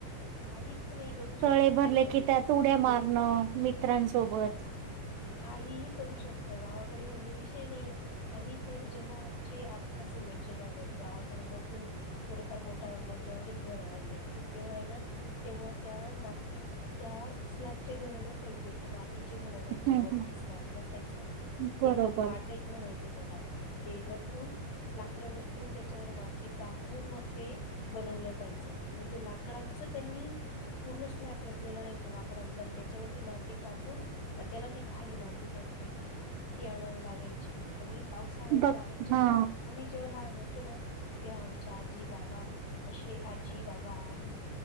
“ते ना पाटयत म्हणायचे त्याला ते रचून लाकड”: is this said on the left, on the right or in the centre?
Left